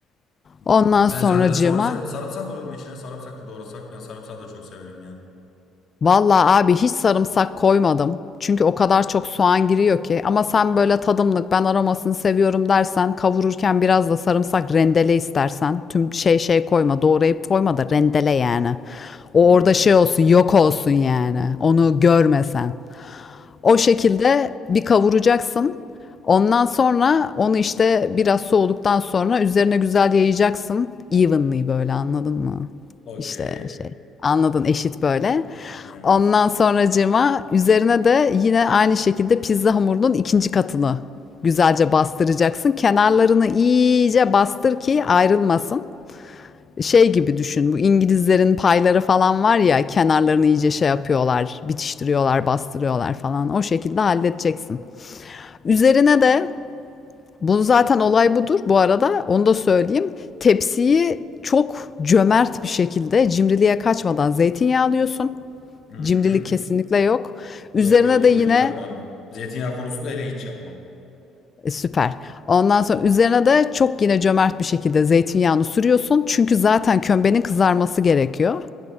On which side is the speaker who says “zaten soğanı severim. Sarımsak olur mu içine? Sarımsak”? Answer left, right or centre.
Left